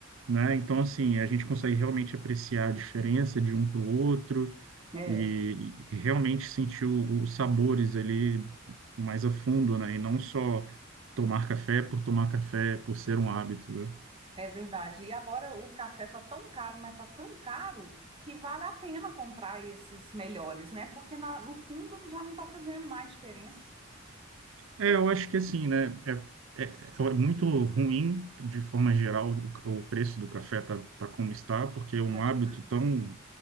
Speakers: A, on the right; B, on the right.
A: né? Então, assim, a gente consegue realmente apreciar a diferença de um para o outro
B: é,
A: e, e realmente sentir o- os sabores ali mais a fundo, né? E não só tomar café por tomar café, por ser um hábito, né?
B: é verdade. E agora o café tá tão caro, mas tá tão caro que vale a pena comprar esses melhores, né? Porque na- no fundo já não tá fazendo mais diferença.
A: É, eu acho que assim, né? É, é, é muito ruim, de forma geral, o, o preço do café tá, tá como está, porque é um
B: Tá demais.
A: hábito tão